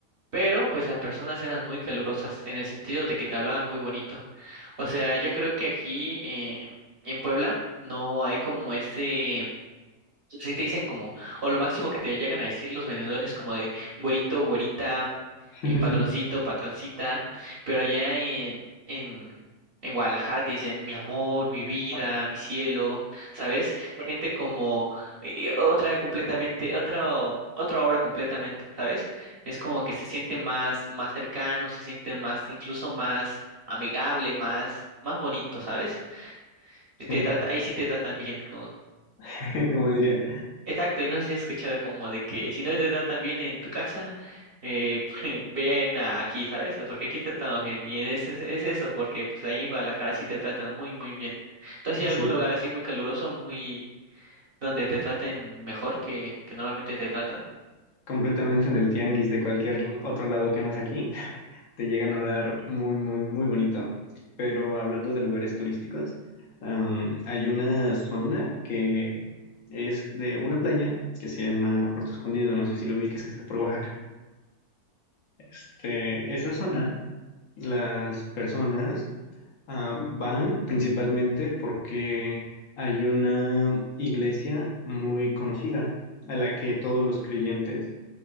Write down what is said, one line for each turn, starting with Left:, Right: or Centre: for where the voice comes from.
Right: pero pues las personas eran muy calurosas en el sentido de que te hablaban muy bonito. O sea, yo creo que aquí eh, en Puebla no hay como ese... Si te dicen como, o lo máximo que te llegan a decir los vendedores es como de güerito, güerita,
Left: <laughs>
Right: eh, patroncito, patroncita, pero allá en, en, en Guadalajara te dicen mi amor, mi vida, mi cielo, ¿sabes? Gente como eh, otra completamente, otro, otra obra completamente, ¿sabes? Es como que se siente más, más cercano, se siente más, incluso más amigable, más, más bonito, ¿sabes?
Left: Sí,
Right: Te trata, ahí sí te tratan bien, como.
Left: <laughs> como diría,
Right: Exacto, y no sé si has escuchado como de que si no te tratan bien en tu casa, eh, <laughs> vean a aquí, ¿sabes? Porque aquí te tratamos bien. Y es, es, es eso, porque pues ahí en Guadalajara sí te tratan muy, muy bien. ¿Tú has ido
Left: sí,
Right: a algún lugar así muy caluroso, muy donde te traten mejor que, que normalmente te tratan?
Left: completamente en el tianguis de cualquier otro lado que no es aquí, te llegan a hablar muy, muy, muy bonito. Pero hablando de lugares turísticos, am, hay una zona que es de una playa que se llama Puerto Escondido, no sé si lo ubiques, que está por Oaxaca. Este, esa zona, las personas ah, van principalmente porque hay una iglesia muy conocida a la que todos los creyentes